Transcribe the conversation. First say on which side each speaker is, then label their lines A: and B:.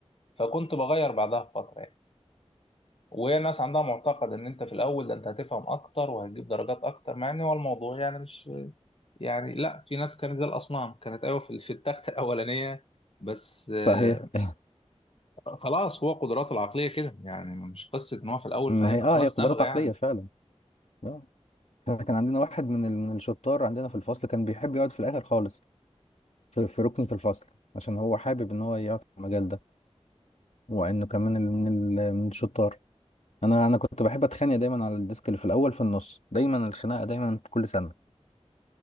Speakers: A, on the left; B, on the left.
A: فكنت بغير بعدها بفتره يعني وهي الناس عندها معتقد ان انت في الاول ده انت هتفهم اكتر وهتجيب درجات اكتر مع ان هو الموضوع يعني مش يعني لا في ناس كانت زي الاصنام كانت ايوه في في التخت <laughs> الاولانيه بس آه،
B: صحيح <laughs>
A: خلاص هو قدراته العقلية كده يعني مش قصة ان هو في الاول
B: ما
A: فهيبقى
B: هي اه
A: خلاص
B: هي قدرات
A: نابغة
B: عقليه
A: يعني
B: فعلا اه احنا كان عندنا واحد من ال- من الشطار عندنا في الفصل كان بيحب يقعد في الاخر خالص في في ركنة الفصل عشان هو حابب ان هو يقعد في المجال ده وانه كمان ال- من ال- من الشطار انا انا كنت بحب اتخانق دايما على الديسك اللي في الاول في النص دايما الخناقه دايما كل سنه